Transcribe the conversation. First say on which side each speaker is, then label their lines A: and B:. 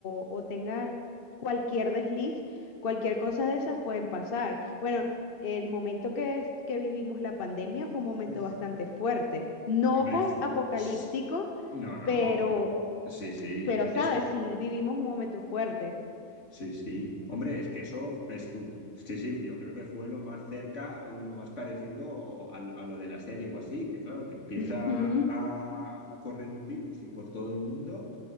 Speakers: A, on the left; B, on the left.
A: o- o tenga cualquier desliz, cualquier cosa de esas pueden pasar. Bueno, el momento que, es- que vivimos la pandemia fue un momento
B: Uf,
A: bastante fuerte. No
B: hombre,
A: post-apocalíptico,
B: f- s- no, no.
A: pero
B: Sí, sí.
A: pero, ¿sabes?
B: Es,
A: Sí, vivimos un momento fuerte.
B: sí, sí. Hombre, es que eso es tú. Sí, sí, yo creo que fue lo más cerca y lo más parecido a, a lo de la serie o así, que claro, que empieza
A: <laughs> Ujú,
B: a, a correr un virus y por todo el mundo.